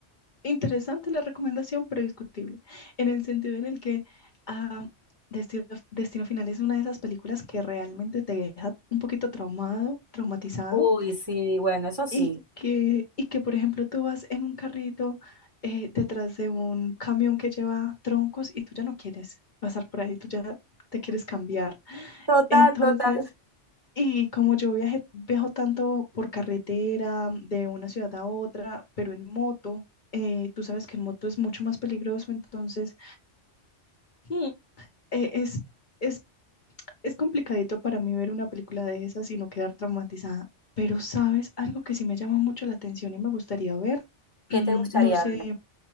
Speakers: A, on the left (about 45°); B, on the right (about 20°).
A: interesante la recomendación, pero discutible, en el sentido en el que ah, Destino, Destino Final es una de esas películas que realmente te deja un poquito traumado, traumatizado
B: Uy, sí, bueno, eso sí.
A: Y que, y que, por ejemplo, tú vas en un carrito eh, detrás de un camión que lleva troncos y tú ya no quieres pasar por ahí, tú ya te quieres cambiar. <laughs>
B: Total,
A: Entonces,
B: total.
A: y como yo viaje, viajo tanto por carretera de una ciudad a otra, pero en moto, eh, tú sabes que en moto es mucho más peligroso, entonces mm, eh, es, es es complicadito para mí ver una película de esas y no quedar traumatizada, pero sabes, algo que sí me llama mucho la atención y me gustaría ver, <clears throat>
B: ¿Qué
A: no
B: te gustaría
A: sé,
B: ver?